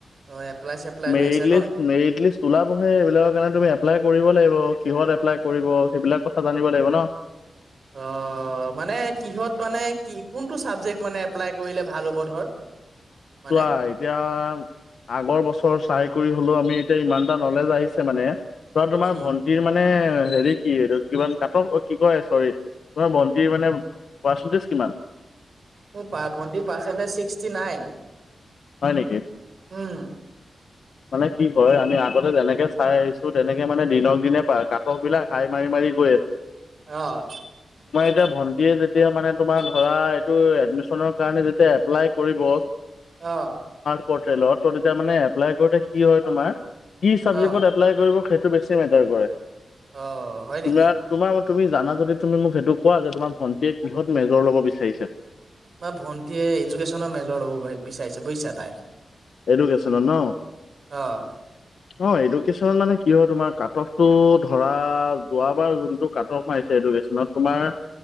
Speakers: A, on the right; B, on the left.
A: অ এপ্লাই চেপ্লাই
B: মেৰিট
A: হৈ আছে ন
B: লিষ্ট মেৰিট লিষ্ট ওলাবহে এইবিলাকৰ কাৰণে তুমি। এপ্লাই কৰিব লাগিব কিহত এপ্লাই কৰিব সেইবিলাক কথা জানিব লাগিব ন।
A: অ মানে কিহত মানে কি কোনটো ছাবজেক্ট মানে এপ্লাই কৰিলে ভাল হ'ব ধৰ মানে
B: চোৱা এতিয়া আগৰ বছৰ চাই কৰি হলেও আমি এতিয়া ইমানটা নলেজ আহিছে মানে চোৱা তোমাৰ
A: উম,
B: ভন্টিৰ মানে হেৰি কি এইটো কিমান কাটক কি কয় চৰি তোমাৰ ভণ্টী মানে পাৰ্চেণ্টেজ কিমান?
A: মোৰ ভণ্টি পাৰ্চণ্টেজ ছিক্সটি নাইন।
B: হয় নেকি?
A: উম,
B: মানে কি হয়। আমি আগতে যেনেকে চাই আহিছো তেনেকে মানে দিনক দিনে কাকক বিলাক হাই মাৰি-মাৰি গৈ আছে।
A: অঁ।
B: <unintelligible> ভন্টিয়ে যেতিয়া মানে তোমাৰ ধৰা এইটো এডমিচনৰ কাৰণে যেতিয়া এপ্লাই কৰিব
A: আহ,
B: <unintelligible> বেছি মেটাৰ
A: অ',
B: কৰে।
A: অ হয় নেকি?
B: তোমাৰ তোমাৰ তুমি, জানা যদি তুমি মোক সেইটো কোৱা যে তোমাৰ ভন্টিয়ে কিহত মেজৰ ল'ব বিচাৰিছে
A: বা ভন্টীয়ে এডুকেশ্যনৰ মেজৰ ল'ব বিচাৰিছে। বুজিছা তাই
B: এডুকেশ্যনৰ ন
A: অ'
B: অ, এডুকেনত মানে কি হয় তোমাৰ কাট অফটো ধৰা যোৱাবাৰ যোনটো কাট অফ মাৰিছে। ত তোমাৰ